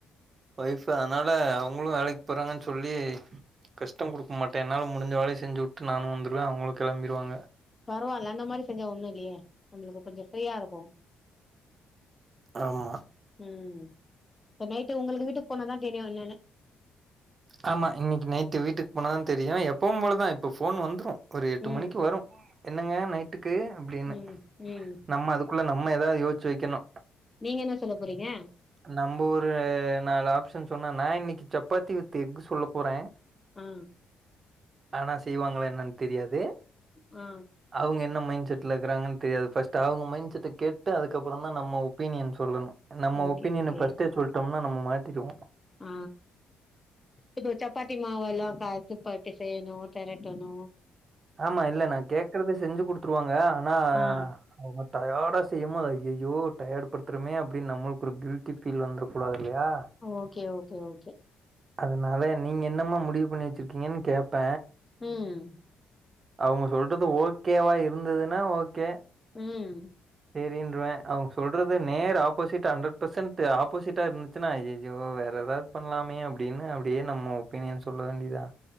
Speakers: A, on the right; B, on the left.
A: வொய்ஃபு அதனால அவங்களு வேலைக்கு போறாங்கன்னு சொல்லி கஷ்டம் குடுக்க மாட்டே என்னால முடிஞ்ச வேலைையு செஞ்சு வுட்டு நானு வந்துருவ அவுங்கலோ கெளம்பிறுவாங்க
B: பரவால்ல அந்த மாரி செஞ்சா ஒண்ணு இல்லயே நம்மளுக்கு கொஞ்சோ ஃப்ரீயா இருக்கோ
A: ஆமா
B: ம் இப்ப நைட்டு உங்குளுக்கு வீட்டு போனாதா தெரியு என்னன்னு
A: ஆமா இன்னிக்கு நைட்டு வீட்டுக்கு போனா தா தெரியு எப்பவு போலதா தெரியு இப்போ ஃபோன் வந்துடோ ஒரு எட்டு
B: ம்
A: மணிக்கு வரோ என்னங்க நைட்டுக்கு அப்டீன்னு
B: ம் ம்
A: நம்ம அதுக்குள்ள நம்ம எதாவது யோசிச்சு வெக்கணோ
B: நீங்க என்னா சொல்ல போறீங்க
A: நம்ம ஒரு நாலு ஆப்ஷன் சொன்னா நா இன்னிக்கு சப்பாத்தி வித் எக்கு சொல்ல போறே
B: ஆ
A: ஆனா செய்வாங்களா என்னன்னு தெரியாது
B: ஆ
A: அவுங்க என்ன மைண்ட் செட்ல இருக்கிறாங்கனு தெரியாது ஃபஸ்ட்டு அவுங்க மைண்ட் செட்டுக் கேட்டு அதுக்கப்புறோந்தா நம்மோ ஒப்பீனியன் சொல்லணோ நம்ம
B: ஓகே
A: ஒப்பீனியன்
B: ஓகே
A: ஃபர்ஸ்ட்டே சொல்ட்டோம்னா நம்மோ மாட்டிடுவோ
B: ஆ இப்ப சப்பாத்தி மாவெல்லா பெரட்டி பெரட்டி செய்யணோ தெரட்டனோ
A: ஆமா இல்ல நா கேக்குறத செஞ்சு குடுத்துருவாங்க ஆனா
B: ஆ
A: அவுங்க டயர்டா செய்யும்போது அய்யய்யோ டயர்டு படுத்துறமே அப்டீன் நம்மளுக்கு ஒரு கில்டி ஃபீல் வந்துற கூடாது இல்லயா
B: ஓகே ஓகே ஓகே
A: அதனால நீங்க என்னமா முடிவு பண்ணி வெச்சிருக்கீங்கனு கேப்ப
B: உம்
A: அவுங்க சொல்றது ஓகேவா இருந்ததுன்னா ஓகே
B: உம்
A: சரின்றுவ அவுங்க சொல்றது நேர் ஆப்போசிட்டா ஹண்ட்ரட் பர்சன்ட் ஆப்போசிட்டா இருந்துச்சுன்னா ஐய்யய்யோ வேறு எதாவது பண்லாமே அப்டீன்னு அப்டியே நம்மோ ஒப்பீனியன் சொல்ல வேண்டியதா